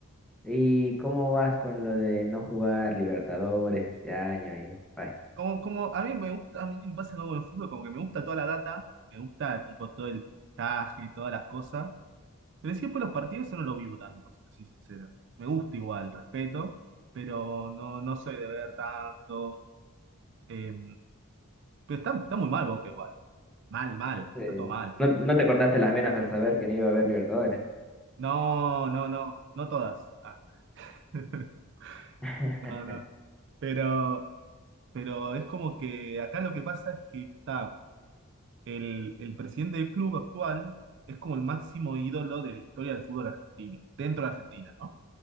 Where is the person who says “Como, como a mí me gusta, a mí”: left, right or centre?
Right